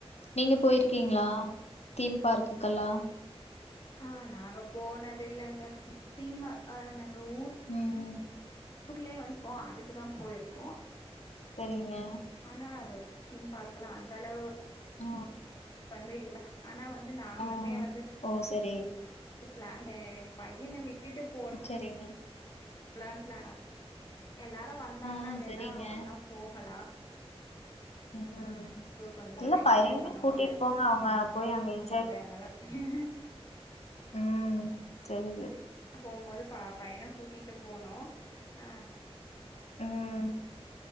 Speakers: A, on the left; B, on the left.
A: நீங்க போயிருக்கீங்ளா தீம் பார்க்குகெல்லா
B: ஆ நாங்க போனது இல்லங்க ம் தீம்ம நாங்க ஊர்
A: ம்
B: ஊர்லேயே <unintelligible> அதுக்குதா போயிருக்கோ
A: செரிங்க
B: ஆனா தீம் பார்க்கெல்லா அந்த அளவு
A: ஆ
B: வந்து இரு ஆனா வந்து நாங்களுமே
A: ஆ
B: வந்து
A: ஓ செரி
B: ப்ளானு பையன விட்டுட்டு போ
A: செரிங்க
B: பிளான் பிள எல்லாரு வந்தாங்கன்னா
A: ஆ
B: வேணா
A: சரிங்க
B: ஒன்னா போகலா
A: ம்
B: கொஞ்சோ
A: இல்ல பையனே
B: என்ஜாய் பண்ண
A: கூட்டிட்டு
B: முடியாது
A: போன அவுங்க போயி அங்க எ
B: <unintelligible>
A: ம் சரிது
B: போம் போது ப பையன கூட்டிட்டு போனு ஆ
A: ம்